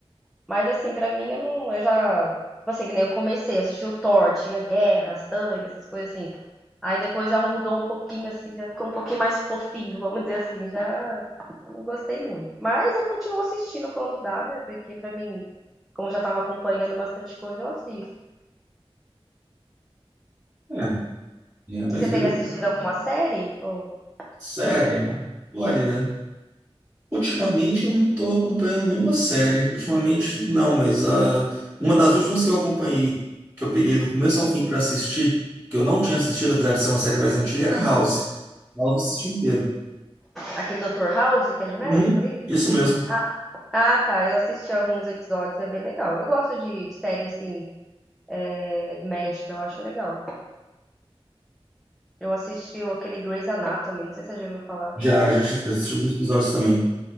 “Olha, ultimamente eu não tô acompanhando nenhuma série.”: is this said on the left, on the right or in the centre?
Right